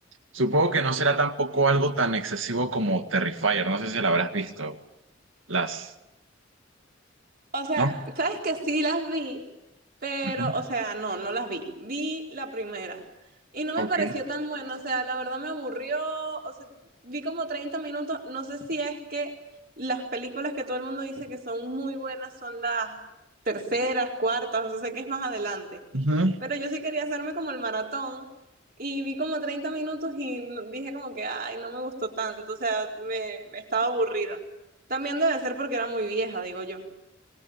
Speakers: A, on the right (about 80°); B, on the right (about 50°).
A: supongo que no será tampoco algo tan excesivo como Terrifier, no sé si la habrás visto, las,
B: O sea,
A: ¿no?
B: sabes que sí las vi, pero,
A: Ujú,
B: o sea, no, no las vi. Vi la primera y no me
A: Ok.
B: pareció tan buena, o sea, la verdad me aburrió, o sea, vi como 30 minutos, no sé si es que las películas que todo el mundo dice que son muy buenas son las terceras, cuartas, o sea, sé que es más adelante,
A: Ujú.
B: pero yo sí quería hacerme como el maratón y vi como 30 minutos y no- dije como que, ay, no me gustó tanto, o sea, me, me estaba aburrida. También debe ser porque era muy vieja, digo yo.